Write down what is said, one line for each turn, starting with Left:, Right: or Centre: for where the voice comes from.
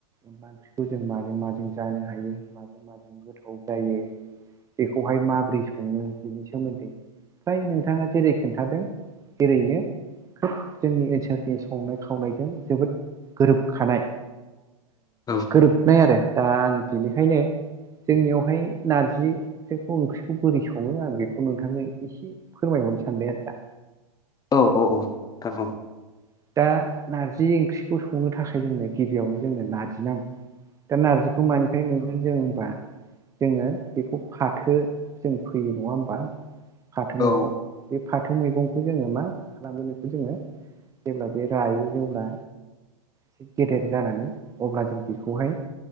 Right: अबा ओंख्रिखौ जों माजों माजों जानो हायो माजों माजों गोथाव जायो बेखौहाय माबोरै सङो बेनि सोमोन्दै फ्राय नोंथाङा जेरै खोन्थादों एओरैनो खोब जोंनि ओनसोलनि संनाय खावनायजों जोबोद गोरोबखानाय
Left: औ नोंथां
Right: गोरोबनाय आरो दा आं बेनिखायनो जोंनियावहाय नारजिखौ ओंख्रिखौ बोरै सङो आं बेखौ नोंथांनो एसे फोरमायहरनो सानबाय आरो दा
Left: औ औ औ नांगौ
Right: औ दा नारजि ओंख्रिखौ संनो थाखाय जोंनो गिबियावनो जोंनो नारजि नांगौ दा नारजिखौ मानिफ्राय मोन बिनो जों होमबा जोङो बेखौ फाथो जों फैयो नङा होमबा फाथो
Left: औ
Right: मैगं बे फाथो मैगंखौ जोङो मा खालामगोन बेखौ जोङो जेब्ला बे रायो जेब्ला एसे गेदेर जानानै अब्ला जों बेखौहाय